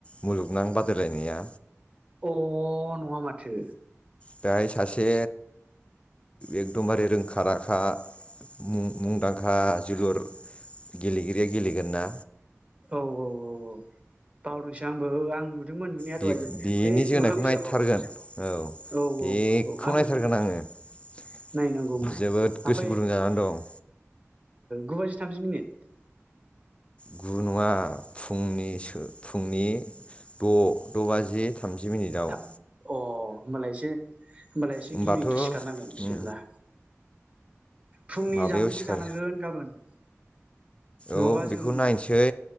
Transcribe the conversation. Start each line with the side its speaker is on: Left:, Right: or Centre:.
Left: मुलुगनां बादायलायनाया।
Right: अ नङा माथो।
Left: बेहाय सासे एकदम बारे रोंखा राखा मुं मुंदांखा जोलुर। गेलेगिरिया गेलेगोन ना।
Right: औ औ औ औ बावदोंसै आंबो आं। नुदोंमोन नुनाया
Left: बे
Right: दहाय
Left: बेनि
Right: बे
Left: जोनायखौ
Right: मोखां बिजाबाव
Left: नायथारगोन औ
Right: औ
Left: बेखौ
Right: औ औ आंबो
Left: नायथारगोन
Right: नु
Left: आङो
Right: नायनांगौमोन
Left: जोबोद
Right: ओमफ्राय
Left: गोसो गुदुं जानानै दं।
Right: गु बाजि थामजि मिनिट।
Left: गु नङा फुंनिसो फुंनि द' द' बाजि थामजि मिनिटाव।
Right: था अ होमबालाय एसे होमबालाय एसे
Left: होमबाथ'
Right: गिबि सिखारनांगोन बिदिब्ला।
Left: उम
Right: फुंनि
Left: माबायाव
Right: जामुंबो
Left: सिखार
Right: जानांगोन गाबोन नङाबा
Left: औ बेखौ
Right: जों
Left: नायनोसै